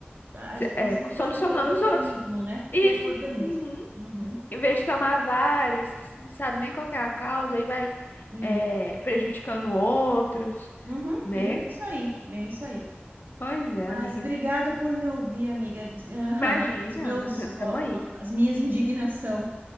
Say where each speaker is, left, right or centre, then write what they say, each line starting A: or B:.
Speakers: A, on the right (about 55°); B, on the left (about 50°).
A: aje-
B: se-
A: Ajeitando
B: é, solucionando
A: todo o organismo,
B: os outros.
A: né?
B: Isso.
A: Todo o organismo.
B: Uhum.
A: Uhum.
B: Em vez de tomar vários, que você não sabe nem qual que é a causa, aí vai
A: Isso.
B: é, prejudicando outros,
A: Uhum.
B: né?
A: É bem isso aí, bem isso aí.
B: Pois é,
A: Mas
B: amiga.
A: obrigado por me ouvir, amiga. Ah,
B: Imagina,
A: Os meus,
B: <laughs>
A: ó,
B: tamo aí.
A: ó, as minhas indignação.